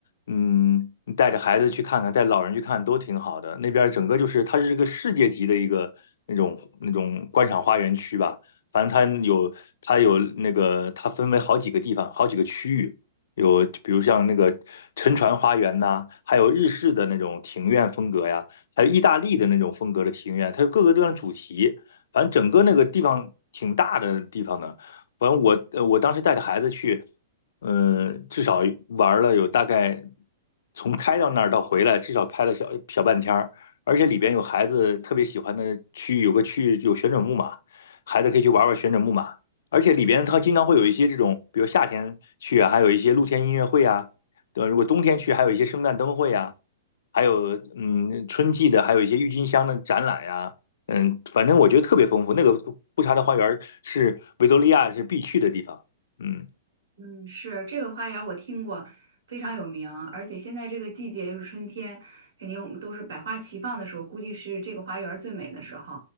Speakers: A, on the left (about 75°); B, on the right (about 85°).
A: 嗯，你带着孩子去看看，带老人去看都挺好的。那边儿整个就是它是一个世界级的一个那种那种观赏花园区吧。反正它有它有那个它分为好几个地方，好几个区域。有比如像那个沉船花园呐、还有日式的那种庭院风格呀，还有意大利的那种风格的庭院，它有各个地方主题。反正整个那个地方挺大的地方呢。反正我呃我当时带着孩子去，嗯，至少玩了有大概从开到那儿到回来，至少开了小小半天儿，而且里边有孩子特别喜欢的区域，有个区域有旋转木马，孩子可以去玩玩旋转木马，而且里边它经常会有一些这种，比如夏天去啊，还有一些露天音乐会啊，对吧？如果冬天去，还有一些圣诞灯会啊，还有嗯春季的，还有一些郁金香的展览呀、嗯，反正我觉得特别丰富。那个布查的花园是维多利亚是必去的地方。嗯
B: 嗯，是这个花园我听过，非常有名。而且现在这个季节又是春天，肯定都是百花齐放的时候，估计是这个花园最美的时候。